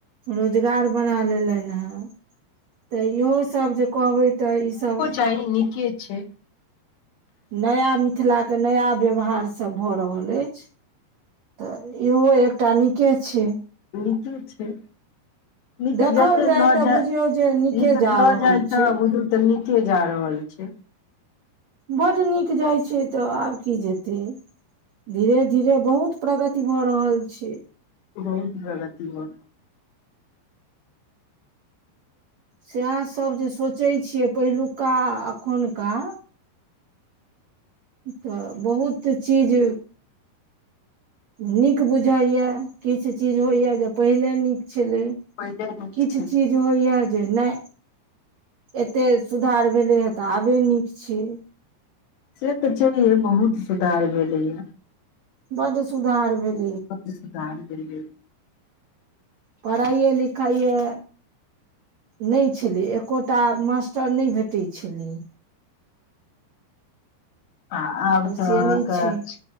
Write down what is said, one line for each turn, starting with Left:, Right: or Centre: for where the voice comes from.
Right: रोजगार बना लेलनि हें तऽ इहो सब जे कहबै तऽ ईसभ
Left: <unintelligible> नीके छैय
Right: नया मिथिला केऽ नया व्यवहार स सब भऽ रहल अछि तऽ इहो एकटा नीके छैय
Left: नीके छैय इतऽ
Right: देखल
Left: जते
Right: जाय
Left: लऽ
Right: तऽ
Left: जाइ
Right: बुझियौ जे नीके
Left: इतऽ
Right: जा
Left: लऽ
Right: रहल
Left: जाइ
Right: छै
Left: तऽ बुझू तऽ नीके जा रहल छैय
Right: बड नीक जाइ छैय तऽ आब की जेतै धीरे -धीरे बहुत प्रगति भऽ रहल छैय
Left: बहुत प्रगति भ
Right: से आहाँ सब जे सोचै छियै पहिलुका एखुनका तऽ बहुत चीज नीक बुझाय या किछ चीज होइया जे पहिले नीक छलै
Left: पहिले नीक
Right: किछ
Left: छलै
Right: चीज जे होइ या जे नै एते सुधार भेलै हें तऽ आबे नीक छैय
Left: से तऽ छैेहे बहुत सुधार भेलै या
Right: बड सुधार भेल
Left: बड सुधार भेलै
Right: पढ़ाइए लिखाइए नै छेलै एकोटा मास्टर नै भेटै छलै
Left: आ आब तऽ
Right: से
Left: अहाँक
Right: नहि छै